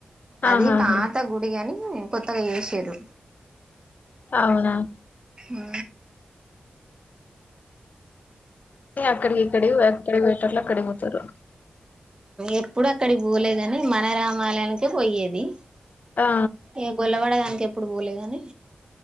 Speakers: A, on the right (about 25°); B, on the left (about 55°).
A: అది
B: ఆహాహా
A: పాత గుడిగాని కొత్తగా చేసిర్రు
B: అవునా
A: ఆ
B: అక్కడి ఇక్కడ అక్కడ వె లా కడిపోతారు
A: ఎప్పుడు అక్కడికి పోలే కాని మన రామాలయానికి పోయేది
B: ఆ
A: ఏ గలావాడ దనిక అప్పుడు పోలే కానీ